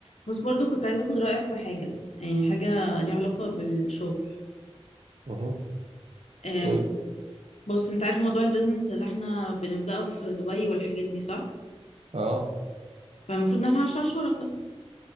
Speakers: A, on the left; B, on the right.
A: بس برضو كنت عايزة أخد رأيك في حاجة يعني حاجة ليها علاقة بالشغل
B: مهم.
A: أم،
B: قول
A: بص أنت عارف موضوع البيزنس اللي احنا بنبدأه في دبي والحاجات دي صح؟
B: اه
A: فالمفروض إن احنا عشر شركاء